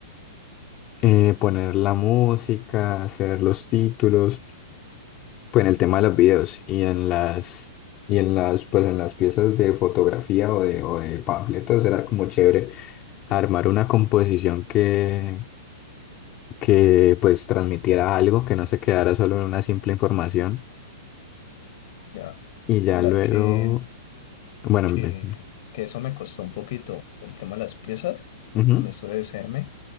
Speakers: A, on the left; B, on the left.
A: eh, poner la música, hacer los títulos, pues en el tema de los videos y en las y en las pues en las piezas de fotografía o de, o de panfletos era como chévere armar una composición que, que pues transmitiera algo, que no se quedara solo en una simple información
B: Ya.
A: y ya
B: Mira
A: luego,
B: que,
A: bueno,
B: que,
A: me-
B: que eso me costó un poquito el tema de las piezas
A: ujú,
B: cuando estuve de SM.